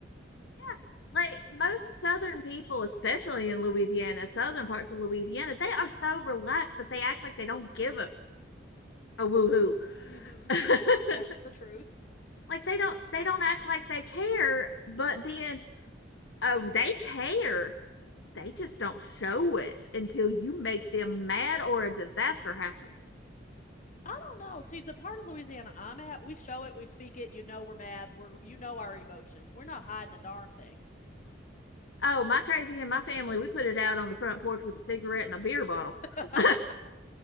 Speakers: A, on the left; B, on the left.
A: Yeah, like most southern people especially in louisiana southern parts of louisiana they are so relaxed that they act like they don't give a, a woohoo
B: hmm
A: <laughs>
B: hmm That's the truth.
A: like they don't they don't act like they care but then oh they care they just don't show it until you make them mad or a disaster happens
B: I don't know. See, the part of Louisiana I'm at, we show it, we speak it, you know we're mad, we're you know our emotions. We're not hiding a darn thing.
A: oh my crazy and my family we put it out on the front porch with a cigarette and a beer bottle
B: <laughs>
A: <laughs>